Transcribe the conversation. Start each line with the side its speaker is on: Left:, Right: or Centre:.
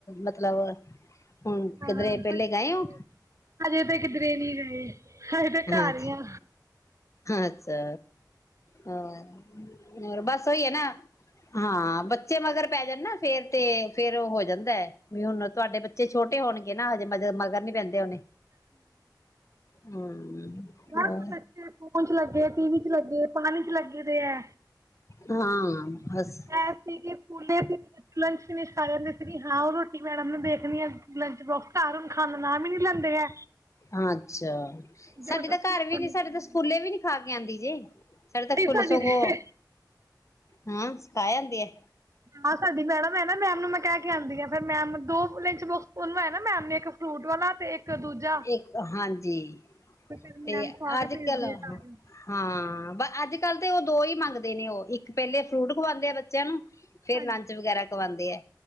Left: ਮਤਲਬ ਹੁਣ
Right: ਆਹ
Left: ਕਿਧਰੇ
Right: ਹਜੇ
Left: ਪਹਿਲੇ ਗਏ
Right: ਤੇ
Left: ਹੋ
Right: ਹਜੇ ਤੇ ਕਿਧਰੇ ਨਹੀਂ ਗਏ ਅਸੀ ਤੇ ਘਰ
Left: ਅੱਛਾ
Right: ਈ ਆ
Left: ਅੱਛਾ ਹ ਹੋਰ ਬਸ ਉਹੀ ਹੈ ਨਾ। ਹਾਂ ਬੱਚੇ ਮਗਰ ਪੈ ਜਾਂਦੇ ਨਾ ਫੇਰ ਤੇ ਫੇਰ ਹੋ ਜਾਂਦਾ ਹੈ ਵੀ ਹੁਣ ਤੁਹਾਡੇ ਬੱਚੇ ਛੋਟੇ ਹੋਣਗੇ <unintelligible> ਮਗਰ ਨੀ ਪੈਂਦੇ ਹੋਣੇ ਹਮ
Right: ਬਸ
Left: ਹੋ
Right: ਬੱਚੇ ਫੋਨ ਚ ਲੱਗੇ ਟੀ ਵੀ ਚ ਲੱਗੇ ਪਾਣੀ ਲੱਗਦੇ ਹੈ
Left: ਹਾਂ ਬਸ
Right: ਹੈਸ ਸੀਗੇ ਫੂਲੇ ਲੰਚ ਫਿਸ਼ ਖਦੇ ਸੀ ਹਾਂ ਰੋਟੀ ਮੈਡਮ ਨੂੰ ਦੇਖਣੀ ਆ ਲੰਚ ਬੋਕਸ ਘਰ ਹੁਣ ਖਾਣ ਨਾਮ ਹੀ ਨੀ ਲੈਂਦੇ ਹੈ
Left: ਅੱਛਾ
Right: ਜ਼ਬਰਦਸਤੀ
Left: ਸਾਡਡੀ ਤਾਂ ਘਰ
Right: ਖਵਾਉਣੀ
Left: ਵੀ ਨੀ ਸਾਡੇ
Right: ਪੈਂਦੀ
Left: ਤਾਂ ਸਕੂਲੇ
Right: ਹੈ
Left: ਵੀ ਨੀ ਖਾਗੇ ਕਦੀ ਜੀ ਸਾਡੇ
Right: ਨਹੀਂ
Left: ਤੱਕ ਪੁੁਲਿਸ
Right: ਸਾਡੀ
Left: ਹੋ ਗ
Right: ਤੇ
Left: ਹਾਂ ਸਖਾ ਜਾਂਦੀ ਹੈ
Right: ਹ ਹਾਂਡੀ ਮੈਡਮ ਹੈ ਨਾ ਮੈਮ ਨੂੰ ਮੈਂ ਕ ਕੇ ਆਂਦੀ ਹਾਂ ਫਿਰ ਮੈਮ ਦੋ ਲਿੰਚ ਬੋਕਸ ਉਹ ਹੈ ਨਾ ਮੈਮ ਨੇ ਇੱਕ ਫਰੂਟ ਵਾਲਾ ਤੇ ਇੱਕ ਦੂਜਾ
Left: ਇੱਕ ਹਾਂਜੀ
Right: ਫਿਰ
Left: ਤੇ
Right: ਮੈਮ ਖਵਾ ਕੇ
Left: ਅੱਜ
Right: ਭੇਜਦੀ
Left: ਕਲ
Right: ਆ ਸਾਰਿਆਂ
Left: ਹਾਂ ਅੱਜ ਕੱਲ ਤੇ ਉਹ ਦੋ ਹੀ ਮੰਗਦੇ ਨੇ ਉਹ ਇੱਕ ਪਹਿਲੇ ਫਰੂਟ ਖਵਾਉਂਦੇ ਆ ਬੱਚਿਆਂ ਨੂੰ ਫੇਰ ਲੰਚ
Right: ਨੂੰ
Left: ਵਗੈਰਾ ਕਰਵਾਉਂਦੇ ਆ